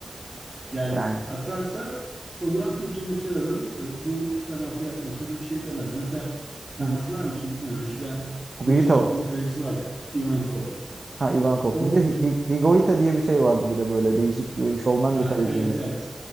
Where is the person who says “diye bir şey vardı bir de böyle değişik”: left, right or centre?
Right